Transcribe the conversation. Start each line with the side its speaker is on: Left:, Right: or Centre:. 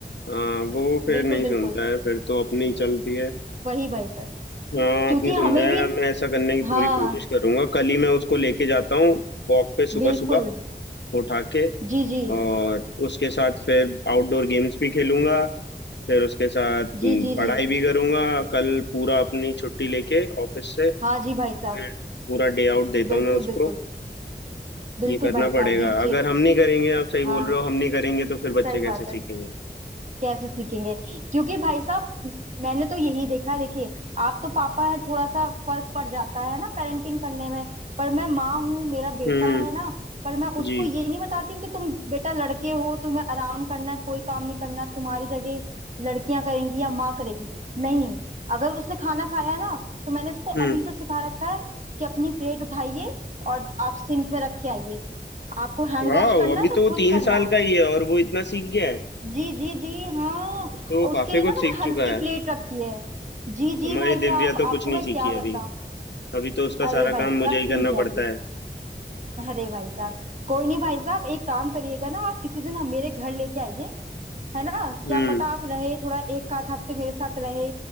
Left: हाँ वो फिर
Right: बिल्कुल
Left: नहीं सुनता
Right: बिल्कुल
Left: है फिर तो अपनी चलती है
Right: वही भाई साहब
Left: हाँ
Right: क्योंकि
Left: आपने समझाया
Right: हमें भी
Left: मैं ऐसा करने की पूरी
Right: हाँ
Left: कोशिश करूंगा कल ही मैं उसको लेके जाता हूँ वॉक पे सुबह
Right: बिल्कुल
Left: सुबह उठा के
Right: जी जी
Left: और उसके साथ फिर आउटडोर गेम्स भी खेलूंगा फिर उसके साथ हम्म,
Right: जी जी
Left: पढ़ाई
Right: जी
Left: भी करूंगा कल पूरा अपनी छुट्टी लेके ऑफिस से
Right: हाँ जी भाई
Left: फिर
Right: साहब
Left: पूरा डे आउट देता
Right: बिल्कुल
Left: हूँ मैं उसको
Right: बिल्कुल बिल्कुल
Left: ये करना
Right: भाई
Left: पड़ेगा
Right: साहब दीजिए
Left: अगर हम नहीं करेंगे आप सही
Right: हाँ
Left: बोल रहे हो हम नहीं करेंगे तो फिर बच्चे
Right: सही
Left: कैसे
Right: बात
Left: सीखेंगे
Right: है कैसे सीखेंगे क्योंकि भाई साहब मैंने तो यही देखा है, देखिए आप तो पापा हैं थोड़ा सा फर्क पड़ जाता है ना पेरेंटिंग करने में पर मैं माँ हूँ मेरा बेटा
Left: हम्म
Right: है
Left: हम्म,
Right: ना पर मैं उसको
Left: जी
Right: ये नहीं बताती हूँ कि तुम बेटा लड़के हो तुम्हें आराम करना है कोई काम नहीं करना तुम्हारी जगह लड़कियां करेंगी या माँ करेगी नहीं अगर उसने खाना खाया है ना तो मैंने उसको अभी
Left: हम्म
Right: से सिखा रखा है कि अपनी प्लेट उठाइए और आप सिंक में रख के आइए आपको हैंड
Left: वाह
Right: वॉश करना
Left: अभी
Right: है तो
Left: तो वो
Right: खुद
Left: तीन
Right: करना
Left: साल
Right: है
Left: का ही है और वो इतना सीख गया है
Right: जी जी जी हाँ
Left: अब तो वो
Right: और उसके
Left: काफी
Right: लिए ना
Left: कुछ
Right: मैंने
Left: सीख चुका
Right: हल्की
Left: है
Right: प्लेट रखी है जी जी
Left: हमारी
Right: भाई
Left: दिव्या
Right: साहब
Left: तो
Right: आपको
Left: कुछ नहीं
Right: मैं क्या
Left: सीखी
Right: बताऊं
Left: अभी अभी तो उसका
Right: अरे
Left: सारा
Right: भाई
Left: काम
Right: साहब
Left: मुझे
Right: सीख
Left: ही करना
Right: जाएगी
Left: पड़ता है
Right: अरे भाई साहब कोई नहीं भाई साहब एक काम करिएगा ना आप किसी दिन हम मेरे घर लेके आइए है ना
Left: हम्म
Right: क्या पता आप रहे थोड़ा एक आध हफ्ते मेरे साथ रहे